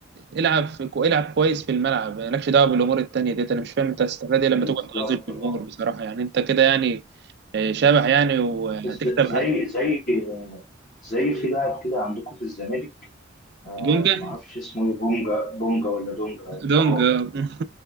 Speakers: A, on the right (about 55°); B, on the left (about 45°).
A: العب في العب كويس في الملعب مالكش دعوة بالأمور التانية ديت أنا مش فاهم أنت هتستفاد إيه لما
B: بالظبط
A: تقعد تغازل الجمهور
B: اه
A: بصراحة يعني أنت كده يعني آه، شبح يعني وهتكسب
B: ز- زي زي زي في لاعب كده عندكم في الزمالك آه
A: دونجا
B: ما اعرفش اسمه ايه بونجا بونجا ولا دونجا
A: دونجا
B: اه
A: <laughs>